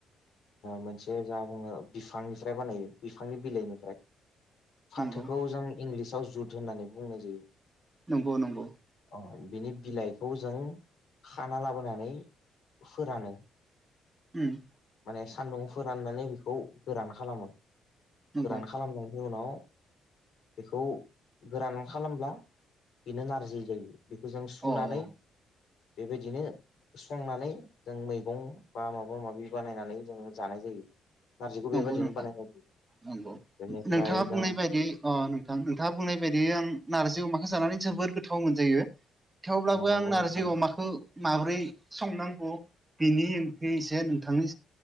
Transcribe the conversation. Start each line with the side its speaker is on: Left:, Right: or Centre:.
Left: मोनसे जा बुङो बिफांनिफ्राय बानायो बिफांनि बिलाइनिफ्राय फाथोखौ
Right: नंगौ
Left: जों इंलिसाव जुद होननानै बुंनाय जायो
Right: नंगौ नंगौ
Left: अ बिनि बिलाइखौ जों खाना लाबोनानै फोरानो
Right: होम
Left: माने सान्दुं फोराननानै बेखौ गोरान खालामो
Right: नंगौ
Left: गोरान खालामनायनि उनाव बेखौ गोरान खालामब्ला बेनो नारजि जायो बेखौ जों सुनानै
Right: अ अ
Left: बेबायदिनो संनानै जों मैगं बा माबा माबि बानायनानै जोङो जानाय जायो नारजिखौ
Right: नंगौ
Left: बेबायदिनो
Right: नोंथां
Left: बानाय बेनिफ्राय
Right: नंगौ नोंथाङा बुंनाय
Left: जों
Right: बायदि अ नोंथां नोंथाङा बुंनाय बायदि आं नारजि अमाखौ जानानै जबोद गोथाव मोनजायो थेवब्लाबो
Left: अ नंगौ
Right: आं नारजि
Left: नोंथां
Right: अमाखौ माबोरै संनांगौ बेनि ओंथि एसे नोंथांनि